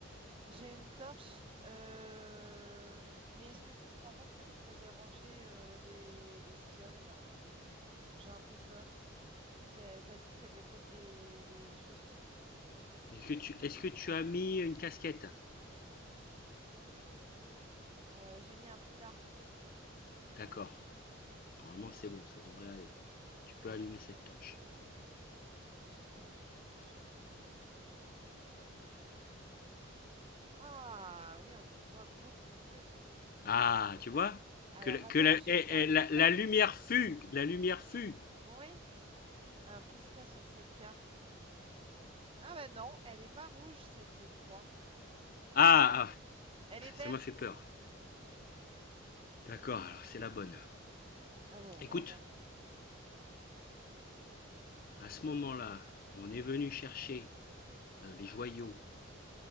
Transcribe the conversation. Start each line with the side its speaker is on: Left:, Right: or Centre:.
Right: J'ai une torche, heu, mais est-ce que tu crois pas que ça pourrait déranger, heu, des bestioles là? J'ai un peu peur. C'est tu dit qu'il y avait peut-être des des chauves-souris.
Left: Est-ce que tu, est-ce que tu as mis une casquette?
Right: Heu, j'ai mis un foulard.
Left: D'accord. Normalement, c'est bon, ça devrait aller. Tu
Right: Bon,
Left: peux allumer cette torche.
Right: j'allume la torche. Ah oui, on y voit beaucoup mieux.
Left: Ah, tu vois?
Right: Alors
Left: Que, la,
Right: attends,
Left: que la,
Right: bah, je vais
Left: eh,
Right: regarder
Left: eh, la-
Right: la carte.
Left: la lumière fut, la lumière fut.
Right: Oui. Alors qu'est-ce qu'il y a sur cette carte? Ah bah non, elle n'est pas rouge cette croix.
Left: Ah, ah,
Right: Elle est verte.
Left: ça m'a fait peur. D'accord, alors c'est la bonne.
Right: Ah bon,
Left: Écoute,
Right: bah, ça va.
Left: à ce moment-là, on est venu chercher euh, les joyaux